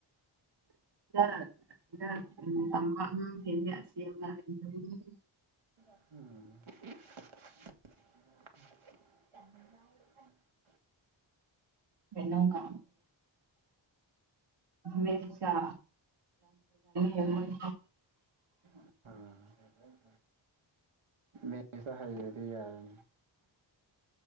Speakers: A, on the right (about 55°); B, on the right (about 85°).
A: <unintelligible> <inaudible> <unintelligible> <inaudible>
B: <unintelligible>
A: ꯀꯩꯅꫭꯒ ꯃꯦꯊꯁ ꯍꯃꯦꯁꯥ ꯌꯥꯝ <inaudible>
B: ꯑ ꯃꯦꯁꯇ ꯍꯩꯔꯗꯤ ꯌꯥꯔꯦꯅꯦ꯫